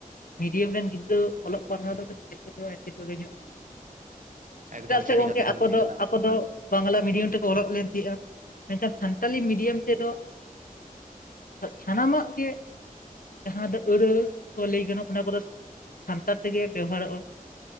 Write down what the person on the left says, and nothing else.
ᱢᱤᱰᱤᱭᱟᱢ ᱨᱮᱱ ᱜᱤᱫᱽᱨᱟᱹ ᱚᱞᱚᱜ ᱯᱟᱲᱦᱟᱜ ᱫᱚ ᱠᱟᱹᱴᱤᱡ <inaudible> ᱫᱚ ᱮᱸᱴᱠᱮᱴᱚᱬᱮ ᱧᱚᱜ ᱜᱮᱭᱟ
ᱪᱮᱫᱟᱜ ᱥᱮ
ᱜᱚᱝᱠᱮ
ᱟᱠᱚ
ᱫᱚ
ᱟᱠᱚ ᱫᱚ ᱵᱟᱝᱞᱟ ᱢᱤᱰᱤᱭᱟᱢ ᱛᱮᱠᱚ ᱚᱞᱚᱜ ᱞᱮᱱ ᱛᱟᱦᱮᱸᱜᱼᱟ ᱢᱮᱱᱠᱷᱟᱱ ᱥᱟᱱᱛᱟᱞᱤ ᱢᱤᱰᱤᱭᱟᱢ ᱛᱮᱫᱚ ᱥᱟᱱᱟᱢᱟᱜ ᱜᱮ ᱡᱟᱦᱟᱸ ᱫᱚ ᱟᱹᱲᱟᱹ ᱠᱚ ᱞᱟᱹᱭ ᱜᱟᱱᱚᱜᱼᱟ ᱚᱱᱟ ᱠᱚᱫᱚ ᱥᱟᱱᱛᱟᱲ ᱛᱮᱜᱮ ᱵᱮᱣᱦᱟᱨᱚᱜᱼᱟ